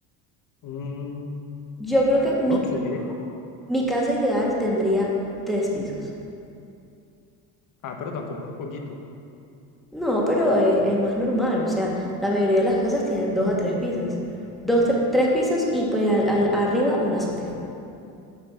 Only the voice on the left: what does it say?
Mm,
no sé.
Ah, pero tampoco es poquito.